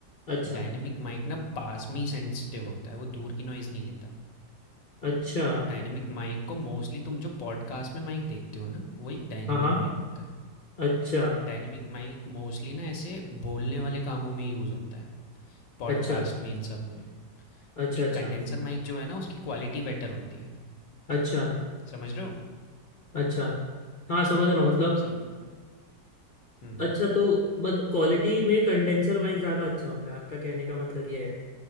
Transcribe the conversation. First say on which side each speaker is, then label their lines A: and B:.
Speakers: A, on the left; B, on the left.
A: अच्छा
B: डायनेमिक माइक ना पास में ही सेंसिटिव होता है वो दूर की नॉइज़ नहीं लेता
A: अच्छा
B: तो डायनेमिक माइक को मोस्टली तुम जो पॉडकास्ट में माइक देखते हो ना वो एक डायनेमिक
A: हाँ हाँ
B: माइक होता है
A: अच्छा
B: डायनेमिक माइक मोस्टली ना ऐसे बोलने वाले कामों में यूज़ होता है पॉडकास्ट
A: अच्छा
B: में इन सब में
A: अच्छा
B: एक
A: अच्छा
B: कंडेंसर माइक जो है ना उसकी क्वालिटी बेटर होती है
A: अच्छा
B: समझ रहे हो
A: अच्छा हाँ समझ रहा हूँ मतलब
B: सम हम्म
A: अच्छा तो बट क्वालिटी में कंडेंसर माइक ज़्यादा अच्छा होता है आपका कहने का मतलब ये है